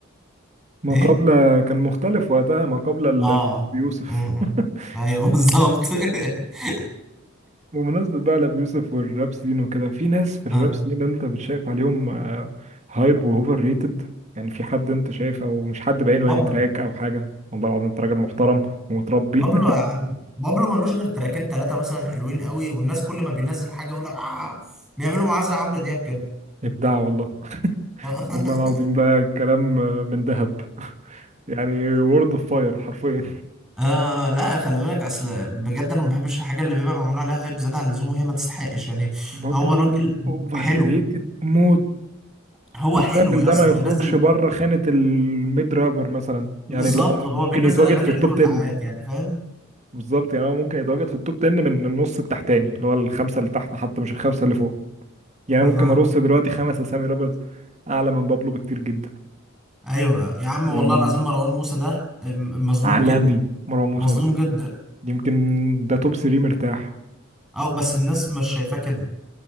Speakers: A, on the right; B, in the centre.
A: ما
B: ايه
A: قبل كان مختلف وقتها ما قبل ال-
B: اه
A: بيوسف
B: امم
A: <laughs>
B: ايوه بالظبط <laughs>
A: بمناسبة بقى لأبي يوسف والراب سين وكده في ناس في الراب
B: اه
A: سين انت بتشايف عليهم آه، هايب واوفر ريتد يعني في حد انت شايف او مش حد بعينه
B: بابلو
A: يعني تراك او حاجة والله العظيم انت راجل محترم ومتربي
B: بابلو يا عم بابلو ملوش غير تراكين ثلاثة مثلا حلوين قوي والناس كل ما بينزل حاجة يقول لك آه بيعملوا معاه زي عمرو دياب كده
A: <laughs> ابداع والله
B: <laughs>
A: والله العظيم ده كلام من ذهب يعني وورد اوف فاير حرفيا
B: اه لا خلي بالك اصل بجد انا ما بحبش الحاجه اللي بيبقى معمول عليها هايب زياده عن اللزوم وهي ما تستحقش يعني
A: بابلو
B: هو راجل
A: اوفر
B: حلو
A: ريتد موت
B: هو
A: الراجل
B: حلو يا
A: ده
B: اسطى
A: ما يخرجش
B: بينزل
A: بره خانة الميد رابر مثلا يعني
B: بالظبط
A: اللي هو
B: هو
A: ممكن
B: بينزل
A: يتواجد
B: اغاني
A: في التوب
B: حلوه ساعات
A: 10
B: يعني فاهم
A: بالظبط يعني هو ممكن يتواجد في التوب 10 من النص التحتاني اللي هو الخمسة اللي تحت حتى مش الخمسة اللي فوق يعني
B: اها
A: ممكن ارص دلوقتي خمس اسامي رابرز اعلى من بابلو بكتير جدا
B: ايوه يا عم
A: يعني
B: والله العظيم
A: <laughs>
B: مروان موسى ده م- مظلوم
A: عالمي
B: جدا
A: مروان موسى
B: مظلوم
A: ده
B: جدا
A: يمكن ده توب 3 مرتاح
B: اه بس الناس مش شايفاه كده